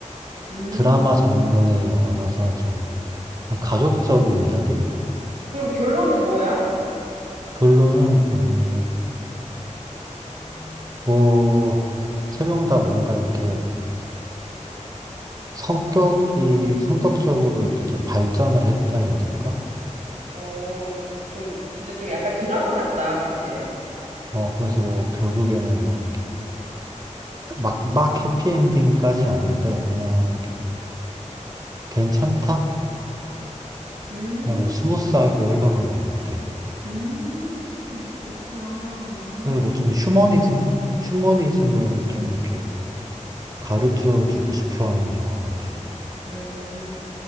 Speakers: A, on the right (about 80°); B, on the right (about 30°).
A: 음.
B: 드라마 장르의 영화라서 좀 가족적인 이야기
A: 그럼 결론은 뭐야?
B: 그걸로는 음,
A: 음.
B: 뭐세 명 다 뭔가 이렇게 성격이 성격적으로 이렇게 좀 발전을 했다 해야 될까?
A: 어, 좀, 진짜 좀 약간 드라마 같다, 그치?
B: 어 그래서 뭐 결국에는 뭐 막 막 해피엔딩까지는 아닌데 그냥 괜찮다?
A: 음,
B: 그냥 뭐 스무스하게 흘러간 것 같아.
A: 음, 그렇구나. 음,
B: 그래서 뭐 좀 휴머니즘, 휴머니즘을 좀 이렇게 가르쳐 주고 싶어 하는 영화 같아.
A: 음.